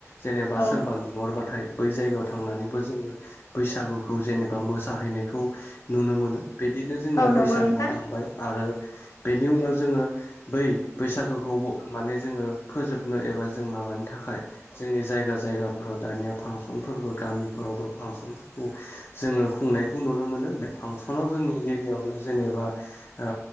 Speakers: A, on the left (about 45°); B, on the left (about 80°).
A: जेनेबा
B: औ-औ-औ-औ
A: सोरबा लिंहरबाथाय बै जायगायाव थांनानैबो जोङो बैसागुखौ जेनेबा मोसाहैनायखौ नुनो मोनो बिदिनो जोंनिया
B: नंगौ
A: बैसागुआ
B: नोंथां
A: थांबाय आरो बेनि उनाव जोङो बै बैसागुखौ माने जोङो फोजोबनो एबा जों माबानि थाखाय जोंनि जायगा जायगाफोराव दानिया फांसनफोरबो गामिफोरावबो फांसन जोङो खुंनायखौ नुनो मोनो बे फांसनाव जोंनि गिबियावनो जेनेबा ओ